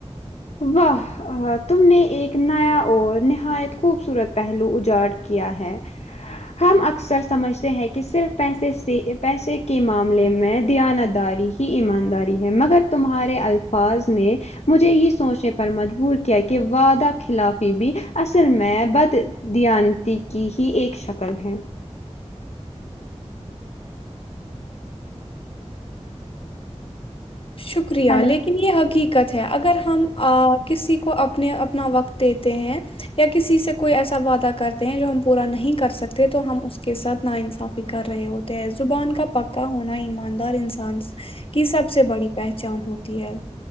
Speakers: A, on the left (about 70°); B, on the left (about 50°).
A: واہ تم نے ایک نیا اور نہایت خوبصورت پہلو اجاڑ کیا ہے ہم اکثر سمجھتے ہیں کہ صرف پیسے سے پیسے کے معاملے میں دیانتداری ایمانداری ہے مگر تمہارے الفاظ نے مجھے یہ سوچنے پر مجبور کیا کہ وعدہ خلافی بھی اصل میں بد دیانتی کی ہی ایک شکل ہے
B: شکریہ
A: ہیلو!
B: لیکن یہ حقیقت ہے اگر ہم کسی کو اپنے اپنا وقت دیتے ہیں یا کسی سے کوئی ایسا وعدہ کرتے ہیں جو ہم پورا نہیں کر سکتے تو ہم اس کے ساتھ ناانصافی کر رہے ہو زبان کا پکا ہونا ایماندار انسان کی سب سے بڑی پہچان ہوتی ہے